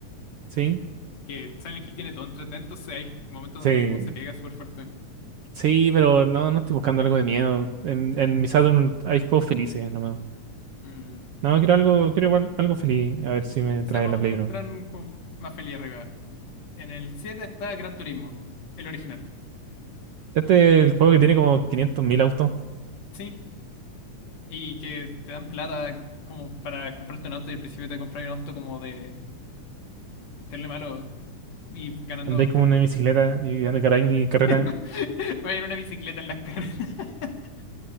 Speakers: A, on the right (about 75°); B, on the left (about 60°).
A: ¿sí?
B: que Silent Hill tiene todo en 3D, entonces hay ju- momentos
A: Sí.
B: donde el juego se pega súper fuerte.
A: Sí, pero no, no estoy buscando algo de miedo. En, en mi Saturn hay juegos felices, nomás.
B: Mm.
A: No, quiero algo, quiero igual algo feliz. A ver si me
B: Quizás
A: trae
B: vamos
A: la Play
B: a encontrar
A: Uno.
B: un juego más feliz arriba. En el 7 está Gran Turismo, el original.
A: Este es el juego que tiene como 500.000 autos.
B: Sí. Y que te dan plata como para comprarte un auto y al principio te compras un auto como de... Meterle malo. y ganando
A: Andé como
B: carreras.
A: una bicicleta y anda caray y carrera.
B: <laughs> Va en una bicicleta en las carreras. <laughs>